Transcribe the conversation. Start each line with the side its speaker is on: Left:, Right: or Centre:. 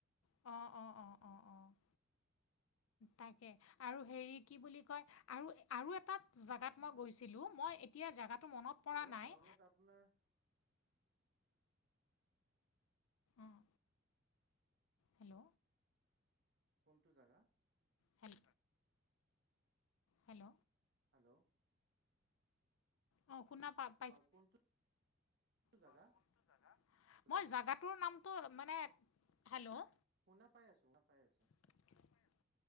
Left: অ', অ', অ', অ', অ'। তাকে আৰু হেৰি কি বুলি কয় আৰু আৰু এটা জেগাত
Right: উম
Left: মই গৈছিলোঁ, মই এতিয়া জেগাটো মনত পৰা
Right: দৰং
Left: নাই
Right: দৰঙত আপোনাৰ
Left: অঁ হেল্ল'।
Right: কোনটো জাগা?
Left: হেল <inaudible> হেল্ল'।
Right: হেল্ল'?
Left: অ', শুনা পা
Right: হয় কোনটো জাগা
Left: হয় কোনটো জাগা?
Right: হেল্ল'
Left: মই জাগাটোৰ নামটো মানে, হেল্ল'?
Right: শুনা পাই আছোঁ, নাপাই আছোঁ।
Left: <inaudible>